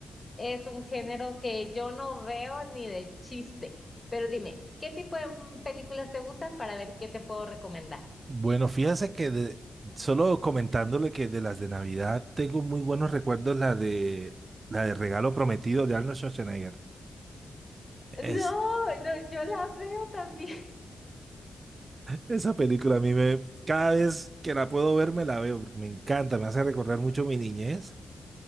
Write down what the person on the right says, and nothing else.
bueno, fíjense que de- solo comentándole que de las de Navidad tengo muy buenos recuerdos la de la de Regalo Prometido de Arnold Schwarzenegger.
Es,
esa película a mí me, cada vez que la puedo ver me la veo porque me encanta, me hace recordar mucho mi niñez